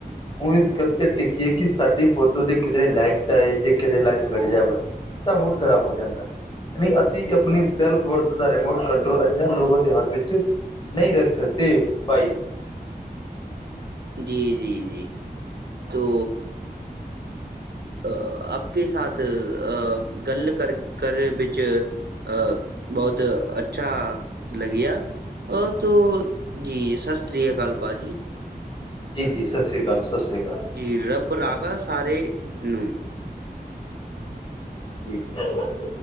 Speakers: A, on the left (about 30°); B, on the right (about 85°).
A: ا اس گل ت ٹکی ہے کہ سی فوٹو تو کدے لائک آئے ج کے لائک گٹ جابن تو موڈ خراب ہو جا ہے نہیں ا اپنی سیلف رتتا ریموٹ کنٹرول اناں لگوں کے ہاتھ نہیں رکھ سکتے بھائی
B: جی جی جی تو ا آپ کے ساتھ ا گل کر کر ب ا بہت اچھا لگیا اور تو جی سستری کال با جی
A: جی س سری ا سال ست سرری اکال
B: جی رب راگا سارے ن
A: سیت ہے ال